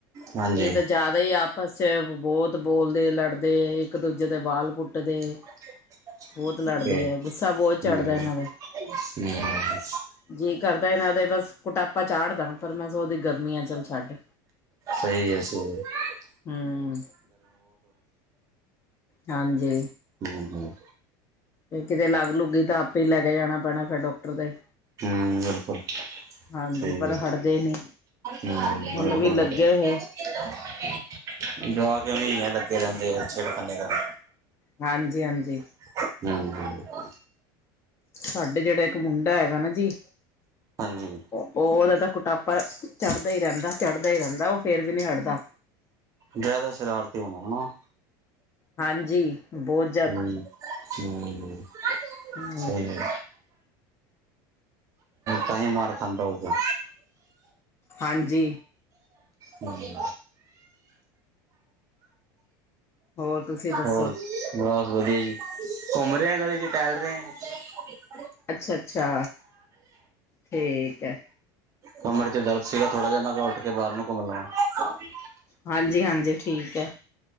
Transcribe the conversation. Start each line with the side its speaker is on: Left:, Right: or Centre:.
Right: ਹਾਂਜੀ
Left: ਇਹ ਤਾਂ ਜ਼ਿਆਦਾ ਈ ਆਪਸ ਚ ਬੋਹੁਤ ਬੋਲਦੇ ਲੜਦੇ ਇੱਕ ਦੂਜੇ ਦੇ ਬਾਲ ਪੁੱਟਦੇ।
Right: <inaudible>
Left: ਬਹੁਤ ਲੜਦੇ
Right: ਤੇ ਹਂ,
Left: ਹੈ ਗੁੱਸਾ ਬਹੁਤ ਚੜ੍ਹਦਾ ਇਹਨਾਂ ਦਾ
Right: ਹਂ।
Left: ਜੀਅ ਕਰਦਾ ਇਹਨਾਂ ਦੇ ਬਸ ਕੁਟਾਪਾ ਚਾੜ ਦਾ ਪਰ ਮੈਂ ਸੋਚਦੀ ਗਰਮੀਆਂ ਚੱਲ ਛੱਡ।
Right: ਸਈ ਏ। <unintelligible>
Left: ਹਂ, ਹਾਂਜੀ।
Right: ਹੂੰ।
Left: ਤੇ ਕਿਦੇ ਲਾਗ-ਲੁੱਗ ਗਈ ਤਾਂ ਆਪੇ ਈ ਲੈ ਕੇ ਜਾਨਾ ਪੈਨਾ ਫੇਰ ਡੋਕਟਰ ਤੇ।
Right: ਹੂੰ ਬਿਲਕੁਲ
Left: ਹਾਂਜੀ
Right: ਸਈ
Left: ਪਰ
Right: ਏ।
Left: ਹਟਦੇ ਨੀ
Right: ਹੂੰ, ਬਿਲਕੁਲ-ਬਿਲਕੁਲ।
Left: ਹੁਣ ਵੀ ਲੱਗੇ ਹੋਏ
Right: ਜਵਾਕ ਇਵੇਂ ਏ ਲੱਗੇ ਰਹਿੰਦੇ ਆ ਛੇੜਖਾਨੀ ਕਰਨ।
Left: ਹਾਂਜੀ-ਹਾਂਜੀ।
Right: ਹੂੰ।
Left: ਸਾਡੇ ਜਿਹੜਾ ਇੱਕ ਮੁੰਡਾ ਹੈਗਾ ਨਾ ਜੀ
Right: ਹਾਂਜੀ।
Left: ਉ ਉਹਦਾ ਤਾਂ ਕੁਟਾਪਾ ਚੜਦਾ ਈ ਰਹਿੰਦਾ ਚੜਦਾ ਈ ਰਹਿੰਦਾ ਉਹ ਫੇਰ ਵੀ ਨਈ ਹਟਦਾ।
Right: ਜ਼ਿਆਦਾ ਸ਼ਰਾਰਤੀ ੳ ਹੋਨਾ।
Left: ਹਾਂਜੀ, ਬੋਹੁਤ।
Right: ਹੂੰ, ਹੂੰ
Left: ਹਮ
Right: ਸਈ ਏ। ਤਾਈ ਮਾਰ ਖਾਨਦਾਂ ਹੋਗਾ।
Left: ਹਾਂਜੀ।
Right: ਹੂੰ।
Left: ਹੋਰ ਤੁਸੀਂ ਦੱਸੋ
Right: ਹੋਰ ਬਸ ਵਦਿਆ ਜੀ, ਘੁੰਮ ਰੇ ਆ ਗਲੀ ਚ ਟਹਿਲ ਰੇ ਆ।
Left: ਅੱਛਾ-ਅੱਛਾ ਠੀਕ ੲ।
Right: ਕਮਰੇ ਚ ਦਰਦ ਸੀਗਾ ਥੋੜਾ ਜਾ ਮੈਂ ਉੱਠ ਕੇ ਬਾਰ ਨੂੰ ਘੁੰਮ ਲਾ। <unintelligible>
Left: ਹਾਂਜੀ, ਹਾਂਜੀ ਠੀਕ ਐ।